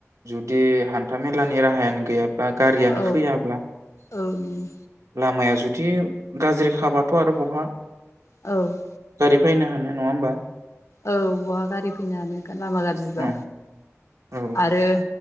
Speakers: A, on the right; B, on the left.
A: जुदि हान था मेलानि राहायानो गैयाब बा गारियानो
B: औ
A: फैयाब्ला
B: औ नंगौ
A: लामाया ज जुदि गाज्रि खाबाथ' आरो बहा
B: औ
A: बै फैनो हानो नङा होमबा?
B: औ बहा गारि फैनो हानो गा लामा गारजिबा
A: औ औ
B: आरो